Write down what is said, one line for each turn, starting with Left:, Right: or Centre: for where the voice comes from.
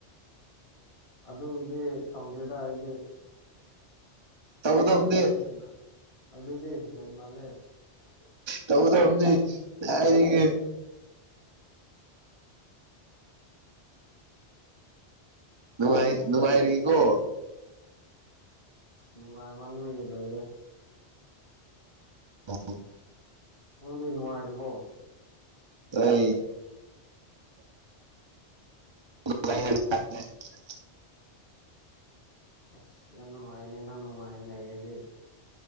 Left: ꯑꯗꯨꯕꯨꯗꯤ ꯇꯧꯗꯦꯗ ꯑꯩꯗꯤ
Right: ꯇꯧꯒꯗꯧꯕꯅꯤ
Left: ꯑꯗꯨꯗꯤ ꯍꯦꯃ ꯑꯗꯨꯗꯤ ꯍꯦꯟꯃꯜꯂꯦ
Right: ꯇꯧꯒꯗꯝꯗꯤ ꯀꯥꯏꯗꯒꯤ ꯅꯨꯡꯉꯥꯏ ꯅꯨꯡꯉꯥꯏꯔꯤꯀꯣ
Left: ꯅꯨꯡꯉꯥꯏꯃꯟꯕꯒꯤ ꯂꯩꯌꯦ
Right: ꯑ
Left: ꯅꯪꯗꯤ ꯅꯨꯡꯉꯥꯏꯔꯤꯕꯣ
Right: ꯑꯩ ꯍ <unintelligible>
Left: ꯑꯁ ꯌꯥꯝ ꯅꯨꯡꯉꯥꯏꯅꯦ ꯅꯪ ꯅꯨꯡꯉꯥꯏꯅ ꯂꯩꯔꯗꯤ